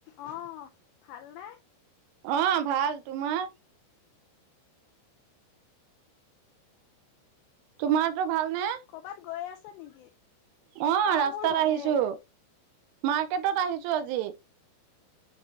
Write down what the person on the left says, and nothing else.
অঁহ ভালনে?
ক'বাত গৈ আছে নেকি?
অ
মোৰ ভালে